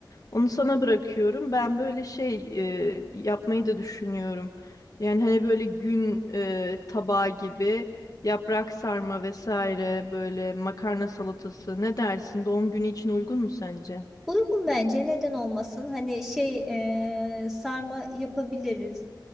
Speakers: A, on the left (about 50°); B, in the centre.
A: Onu sana bırakıyorum. Ben böyle şey e, yapmayı da düşünüyorum. Yani hani böyle gün e, tabağı gibi yaprak sarma vesaire böyle makarna salatası ne dersin? Doğum günü için uygun mu sence?
B: uygun bence neden olmasın hani şey e, sarma yapabiliriz